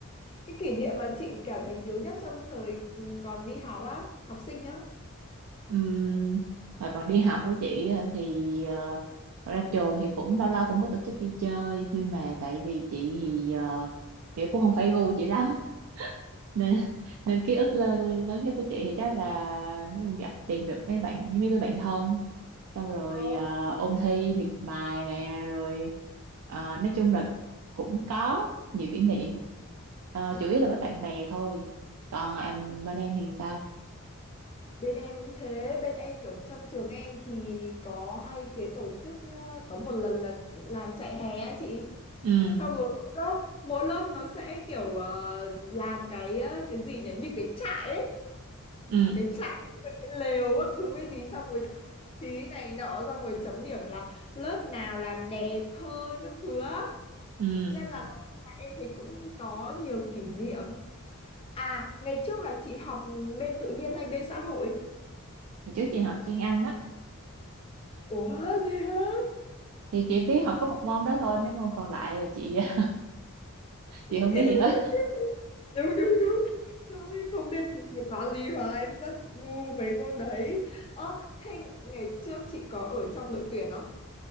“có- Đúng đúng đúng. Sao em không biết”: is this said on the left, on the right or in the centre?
Left